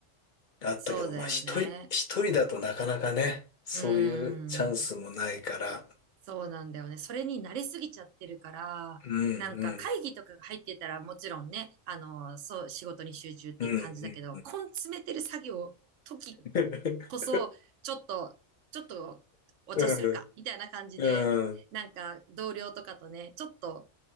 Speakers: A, on the left (about 50°); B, on the right (about 80°).
A: あったけど、
B: そうだよね。
A: まあ一人、一人だとなかなかね、そういうチャンスもないから、
B: うん。そうなんだよね。それに慣れすぎちゃってるから、
A: うん、
B: なんか会議とかが入ってたらもちろんね、
A: うん、
B: あの、そう、仕事に集中っていう感じだけど、
A: うん、うん。
B: 根詰めてる作業、時
A: <laughs>
B: こそ、ちょっと、ちょっとお茶するか、
A: うん、
B: みたいな感じで、
A: うん、
B: なんか同僚とかとね、ちょっと